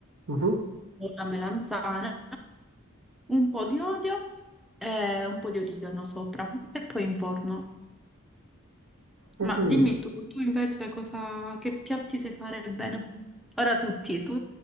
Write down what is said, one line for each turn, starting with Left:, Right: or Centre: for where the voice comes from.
Right: Mhm.
Centre: o la melanzana, un po' di olio e un po' di origano sopra e poi in forno.
Right: Ho
Centre: Ma
Right: capito.
Centre: dimmi tu, tu invece cosa, che piatti sai fare bene? Ora tutti, tu